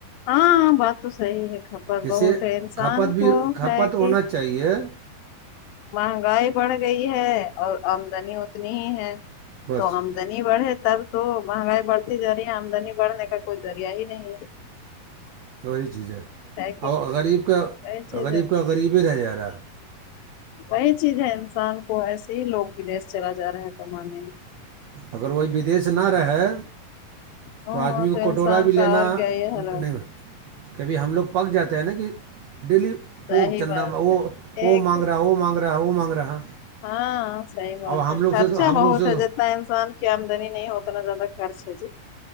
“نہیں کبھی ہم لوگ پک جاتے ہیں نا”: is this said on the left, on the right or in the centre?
Right